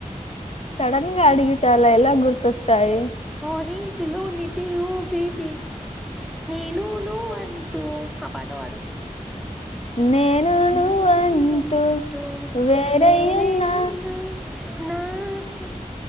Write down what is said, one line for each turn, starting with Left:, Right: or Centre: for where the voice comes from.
Left: సడన్ గా అడిగితే అల ఎలా గుర్తొస్తాయి
Centre: ఆరేంజ్ లో నిదియ బేబీ నేనును అంటూ ఆ పాటవాడు
Left: నేను
Centre: ఎ
Left: నువ్వంటూ
Centre: అంటూ
Left: వేరయ్యున్నా
Centre: వేరే ఉన్నా నాక